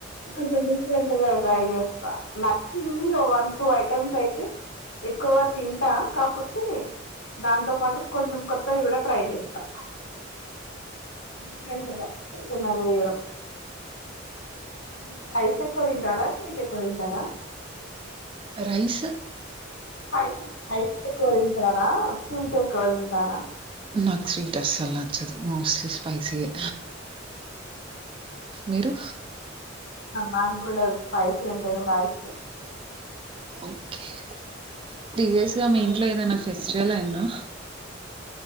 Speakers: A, on the left; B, on the right.
A: కొంచెం డిఫరెంట్ గా ట్రై చేస్తా నచ్చింది వన్ టూ ఐటమ్స్ అయితే ఎక్కువగా తింటా కాకపోతే దాంతో పాటు కొంచెం కొత్తవి కూడా ట్రై చేస్తా డిఫరెట్ గా చేయడం స్పైస్ ఎక్కువ తింటారా స్వీట్ ఎక్కువ తింటారా
B: రైస్
A: స్పైస్ స్పైసే ఎక్కువ తింటారా స్వీట్ ఎక్కువ తింటారా
B: నాకు స్వీట్ అస్సలు నచ్చదు మోస్ట్లీ స్పైసీయే మీరు
A: నా గ్గూడా స్పైసీ అంటేనే బా ఇష్టం
B: ఓకే ప్రీవియస్
A: స్వీట్
B: గా
A: చాలా
B: మీ ఇంట్లో
A: తక్కువ
B: ఏదైనా ఫెస్టివల్ అయిందా